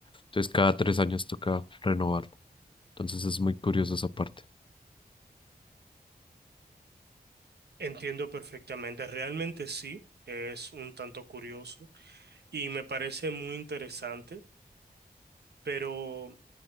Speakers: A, on the left; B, on the right.
A: Entonces, cada tres años toca renovarlo. Entonces, es muy curioso esa parte.
B: Entiendo perfectamente, realmente sí, es un tanto curioso y me parece muy interesante, pero